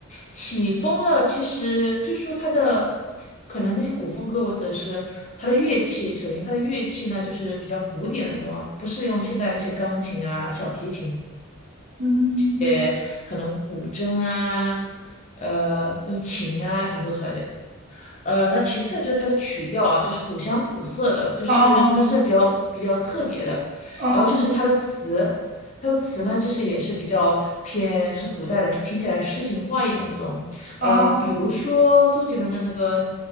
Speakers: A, on the left; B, on the right.
A: 起风了，其实就说它的。可能那些古风歌，我只是它的乐器。首先，它的乐器呢，就是比较古典的那种啊，不是用现在那些钢琴啊、小提琴
B: 嗯，
A: 也可能古筝啊，呃，用琴啊弹奏出来的呃，那其次呢就是它的曲调啊，就是古香古色的，就是它是比较比较特别的。
B: 哦哦
A: 然后就是它的词，它的词呢，就是也是比较偏就是古代的，听起来诗情画意的那种。呃，
B: 哦，
A: 比如说周杰伦的那个